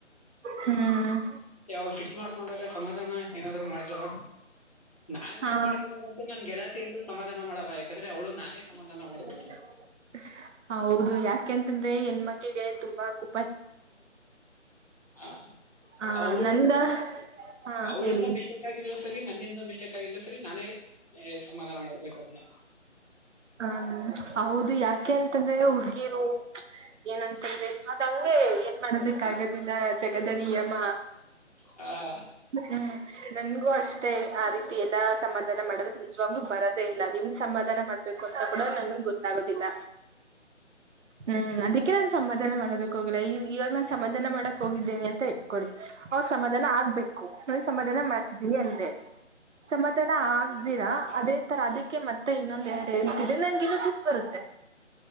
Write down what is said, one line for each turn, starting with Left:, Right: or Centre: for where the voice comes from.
Right: ಹ್ಮ್
Left: ಮತ್ತೆ ಅವ್ರು ಫಟ್ ಮಾಡ್ಕೊಂಡಾಗ ಸಮಾಧಾನ ಏನಾದರೂ ಮಾಡ್ತಾವ ನಾನ್
Right: ಹಾ
Left: ಸಿಟ್ ಮಾಡ್ಕೋನೋಗಂತ ನನ್ ಗೆಳತಿ ಅಂತ ಸಮಾಧಾನ ಮಾಡ ಯಾಕಂದ್ರೆ ಅವಳು ನಾನೇ
Right: <inaudible>
Left: ಸಮಾಧಾನ ಮಾಡ್ಬೇಕು
Right: ಹೌದು ಯಾಕೆಂತಂದ್ರೆ ಹೆಣ್ಮಕ್ಕಿಗೆ ತುಂಬಾ ಕೊ
Left: ಹ
Right: ಆ
Left: ಅವಳ
Right: ನನ್ಗ ಹಾ
Left: ಅವಳಿಂದ
Right: ಹೇಳಿ
Left: ಮಿಸ್ಟೇಕ್ ಆಗಿದ್ರು ಸರಿ ನನ್ನಿಂದ ಮಿಸ್ಟೇಕ್ ಆಗಿದ್ರು ಸರಿ ನಾನೇ ಸಮಾಧಾನ ಮಾಡ್ಬೇಕದನ್ನ
Right: ಹ್ಮ ಹೌದು ಯಾಕೆ ಅಂತಂದ್ರೆ ಹುಡ್ಗಿರು ಏನಂತಂದ್ರೆ ಅದ ಹಂಗೆ ಏನ್ ಮಾಡದಕ್ ಆಗದಿಲ್ಲ ಜಗದ ನಿಯಮ
Left: ಹಾ
Right: ಹ್ಮ್ ನನ್ಗೂ ಅಷ್ಟೇ ಆ ರೀತಿ ಎಲ್ಲಾ ಸಮಾಧಾನ ಮಾಡದಕ್ ನಿಜವಾಗ್ಲೂ ಬರೋದೇ ಇಲ್ಲ ಅದನ್ ಸಮಾಧಾನ ಮಾಡ್ಬೇಕು ಕೊತಾ ಕೊಡ ನನ್ಗ್ ಗೊತ್ತಾಗೋದಿಲ್ಲ ಹ್ಮ್ ಅದಕ್ಕೆ ನ ಸಮಾಧಾನ ಮಾಡೋದಕ್ ಹೋಗಿಲ್ಲ ಇವಾಗ ನಾನು ಸಮಾಧಾನ ಮಾಡಕ್ ಹೋಗಿದ್ದೇನೆ ಅಂತ ಇಟ್ಕೊಳ್ಳಿ ಅವ್ರ ಸಮಾಧಾನ ಆಗ್ಬೇಕು ನಾನ ಸಮಾಧಾನ ಮಾಡ್ತಿದ್ದೀನಿ ಅಂದ್ರೆ ಸಮಾಧಾನ ಆಗ್ ಧೀರ ಅದೇ ತರ ಅದಕ್ಕೆ ಮತ್ತೆ ಇನ್ನೊಂದ ಎ ಹೇಳ್ತಿದ್ರೆ ನಂಗ ಇನ್ನೂ ಸಿಟ್ ಬರುತ್ತೆ